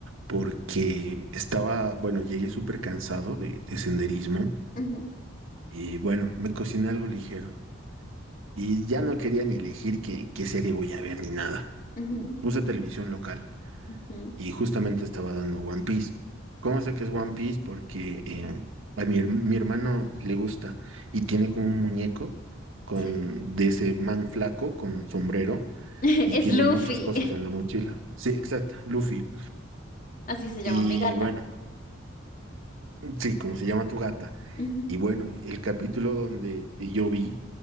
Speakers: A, on the right (about 75°); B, on the left (about 40°).
A: porque estaba, bueno, llegué súper cansado de, de senderismo
B: Ujú,
A: y bueno, me cociné algo ligero y ya no quería ni elegir qué, qué serie voy a ver ni nada.
B: ujú,
A: Puse televisión local
B: ujú,
A: y justamente estaba dando One Piece. ¿Cómo sé que es One Piece? Porque eh, a mi, her- mi hermano le gusta y tiene como un muñeco con,
B: Sí.
A: de ese man flaco con sombrero
B: <laughs>
A: y
B: Es
A: tiene
B: Luffy.
A: muchas cosas en la mochila. Sí, exacto, Luffy.
B: Así se llama
A: Y
B: mi gata.
A: bueno, sí, como se llama tu gata.
B: Ujú.
A: Y bueno, el capítulo donde yo vi,